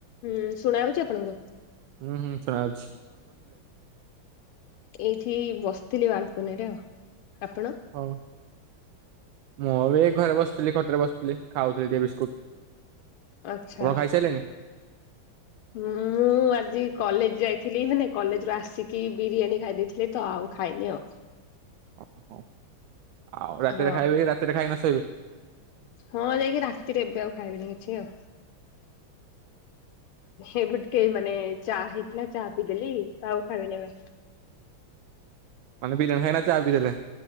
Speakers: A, on the left; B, on the right.
A: ହୁଁ, ଶୁଣା ହଉଛି ଆପଣଙ୍କୁ।
B: ହୁଁ, ହୁଁ, ଶୁଣା ହୋଉଛି।
A: ଏଇଠି ବସି ତଥିଲି ବାଲକୁନରେଉ ଆପଣ?
B: ହଉ। ମୁଁ ଏ ଘରେ ବସିଥିଲି ଖଟରେ ବସିଥିଲି ଖାଉଥିଲି ଟିକେ ବିସ୍କୁଟ
A: ଆଛା
B: ଆପଣ ଖାଇସାରିଲେଣି?
A: ମୁଁ ଆଜି କଲେଜ ଯାଇଥିଲି ମାନେ କଲେଜୁ ଆସିକି ବିରିୟାନୀ ଖାଇ ଦେଇେଇଥିଲେ ତ ଆଉ ଖାଇନି ଆଉ
B: ଓ ହୋ, ଆଉ ରାତିରେ
A: ହଁ
B: ଖାଇବେନି ରାତିରେ ଖାଇକିନା ଶୋଇବେ
A: ହଁ ଯାଇକି ରାତିରେ ଏବେ ଆଉ ଖାଇବନି ଛି ଆଉ ଏପଟିକେ ମାନେ ଚା ହେଇଥିଲା ଚା ପିଇଦେଲି ତ ଆଉ ଖାଇବିନି ଆଉ
B: ମାନେ ବିରିୟାନି ଖାଇବେ ନା ଚାପିିଲଦେଲେ